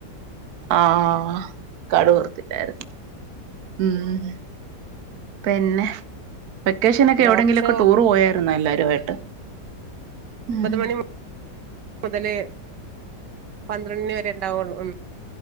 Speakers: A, on the right; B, on the right.
A: ആഹ് കടുവർത്തില്ലായിരുന്നു ഉം ഉം പിന്നെ വെക്കേഷനൊക്കെ
B: ഡോക്ടർ
A: എവിടെങ്കിലും ഒക്കെ ടൂറ് പോയിരുന്നോ എല്ലാരും ആയിട്ട്
B: ഒമ്പത്
A: ഉം
B: മണി മുതല് പന്ത്രറണ്ട്‌ മണിവരെ ഉണ്ടാവുള്ളൂ ഉം